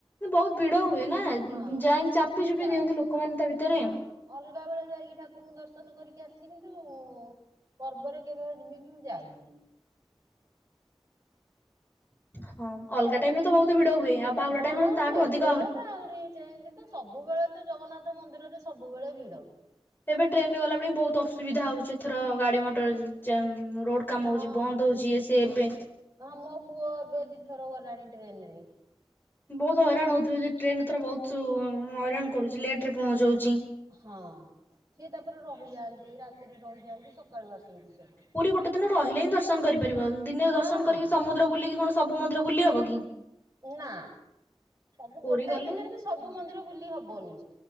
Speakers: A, on the left (about 20°); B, on the right (about 35°).
A: ବହୁତ ଭିଡ ହୁଏ ନା
B: ହଁ
A: ଯାଇକି
B: ନାଇଁ ମୁଁ
A: ଚାପି
B: କେବେ
A: ଚୁପି
B: ଯାଇନି।
A: ଦିଅନ୍ତିୁ ଲୋକମାନେ ତା ଭିତରେ।
B: ହଁ ଅଲଗା ବେଳେ ଯାଇକି ଠାକୁରଙ୍କୁ ଦର୍ଶନ କରିକି ଆସିଛି କିନ୍ତୁ ପର୍ବରେ କେବେବି ଦିଦି ମୁଁ ଯାଇନି।
A: ହଁ ଅଲଗା
B: ଯାଇନି
A: ଟାଇମ ରେ
B: ଝିଅ
A: ତ ବହୁତ
B: ତୁ
A: ଭିଡ ହୁଏ ଆଉ ବାହୁଡା
B: ହଁ
A: ଟାଇମ ରେ ତାଠୁ
B: ସେତେବେଳେ
A: ଅଧିକ
B: ତ ଆହୁରି ସେମିତି ତ ସବୁବେଳେ ତ ଜଗନ୍ନାଥ ମନ୍ଦିରରେ ସବୁବେଳେ ଭିଡ।
A: ଏବେ ଟ୍ରେନରେ ଗଲା ବେଳେ ବହୁତ ଅସୁବିଧା ହଉଛି ଏଥର ଗାଡି ମଟର ଜାମ୍ ରୋଡ। କାମ
B: ହଁ
A: ହଉଛି ବନ୍ଦ ହଉଛି ଇଏ ସିଏ ଏବେ।
B: ହଁ ମୋ ପୁଅ ଏବେ ଦିଇଥର ଗଲାଣି ଟ୍ରେନ ରେ
A: ବହୁତ ହଇରାଣ ହଉଥିବେ ଯ ଟ୍ରେନ ଏଥର ବହୁତ ହଇରାଣ କରୁଚି ଲେଟ ରେ ପହଞ୍ଚାଉଛି।
B: ହଁ ସିଏ ତାପରେ ରହିଯାଆନ୍ତି ରାତିରେ ରହିଯାଆନ୍ତି ସକାଳୁ ଆସନ୍ତି ସିଆଡ଼ୁ।
A: ପୁରୀ ଗୋଟେ ଦିନ ରହିଲେ ହିଁ ଦର୍ଶନ କରି ପାରିବ ଦିନେ
B: ହଁ
A: ଦର୍ଶନ
B: ହଁ
A: କରିକି
B: ହଁ।
A: ସମୁଦ୍ର ବୁଲିକି କଣ ସବୁ ମନ୍ଦିର ବୁଲି ହବ କି
B: ନା ସବୁ ଗୋଟାଏ
A: ପୁରୀ ଗଲେ
B: ଦିନରେ ବି ସବୁ ମନ୍ଦିର ବୁଲି ହବନି।